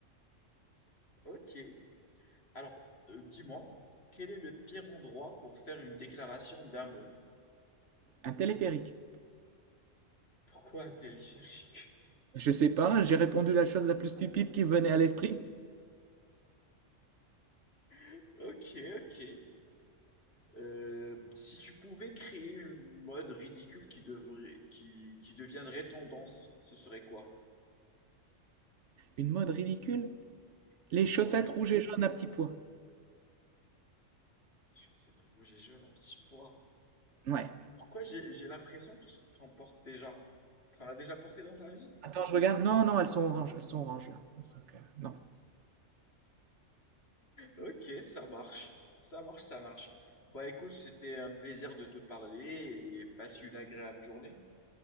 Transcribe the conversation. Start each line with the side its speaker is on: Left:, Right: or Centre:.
Left: OK. Alors, heu, dis-moi, quel est le pire endroit pour faire une déclaration d'amour?
Right: Un téléphérique.
Left: Pourquoi un téléphérique?
Right: Je sais pas, j'ai répondu la chose la plus stupide qui me venait à l'esprit.
Left: <laughs> OK, OK. Heu, si tu pouvais créer une mode ridicule qui devrait qui qui deviendrait tendance, ce serait quoi?
Right: Une mode ridicule. Les chaussettes
Left: Ouais.
Right: rouges et jaunes à petits pois.
Left: Les chaussettes rouges et jaunes à petits pois.
Right: Ouais,
Left: Pourquoi j'ai j'ai l'impression que tu t'en portes déjà? Tu en as déjà porté dans ta vie?
Right: Attends, je regarde. Non, non, elles sont oranges. Elles sont oranges. Elles sont Non.
Left: OK, ça marche. Ça marche, ça marche. Bah, écoute, c'était un plaisir de te parler et passe une agréable journée.